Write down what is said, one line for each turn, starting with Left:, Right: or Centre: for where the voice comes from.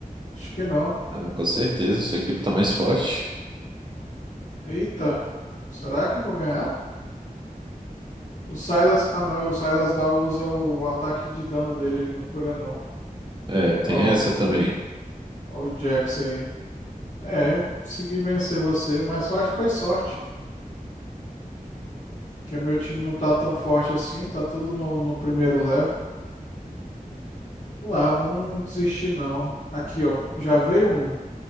Left: Acho que não.
Right: Ah, com certeza, sua equipe tá mais forte.
Left: Eita. Será que eu vou ganhar? O Silas. Ah, não. é O Silas dá, usa o ataque de dano dele. Ele não cura, não.
Right: É, tem
Left: Ó,
Right: essa
Left: ó,
Right: também.
Left: ó o Jax aí. É, consegui vencer você, mas eu acho que foi sorte. Porque meu time não tá tão forte assim. Tá tudo no, no primeiro level. Vamos lá, vamos desistir, não. Aqui, ó. Já veio um.